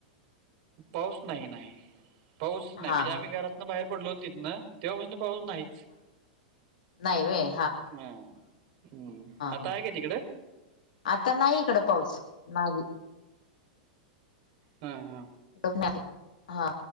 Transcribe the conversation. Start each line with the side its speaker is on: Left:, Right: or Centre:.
Right: पाऊस नाही नाही पाऊस नाही
Left: हा
Right: म्हणजे
Left: हा
Right: आम्ही घरात न बाहेर पडलो तितनं तेव्हापासनं पाऊस नाहीच.
Left: नाही वय.
Right: हा हम्म, आता
Left: हा
Right: आहे का तिकडं
Left: आता नाही इकडं पाऊस नाही
Right: हा हा,
Left: <unintelligible> हा